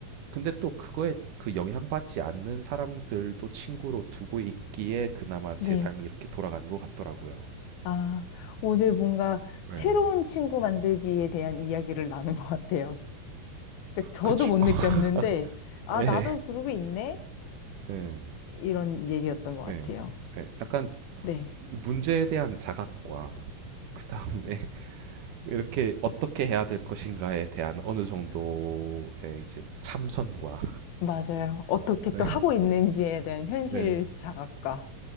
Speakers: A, on the right (about 70°); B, on the left (about 80°).
A: 근데 또 그거에 그 영향받지 않는 사람들도 친구로 두고 있기에 그나마 제
B: 네.
A: 삶이 이렇게 돌아가는 것 같더라고요.
B: 아, 오늘 뭔가 새로운
A: 예.
B: 친구 만들기에 대한 이야기를 나눈 것 같아요. 그러니까 저도
A: 그쵸.
B: 못 느꼈는데,
A: <laughs>
B: 아,
A: 예.
B: 나도 그러고 있네?
A: 예.
B: 이런 얘기였던 것 같아요.
A: 예. 예. 약간
B: 네,
A: 문제에 대한 자각과 그 다음에 <laughs> 이렇게 어떻게 해야 될 것인가에 대한 어느 정도의 이제 참선과
B: 맞아요. 어떻게
A: <laughs>
B: 또 하고
A: 네,
B: 있는지에 대한 현실
A: 네,
B: 자각과.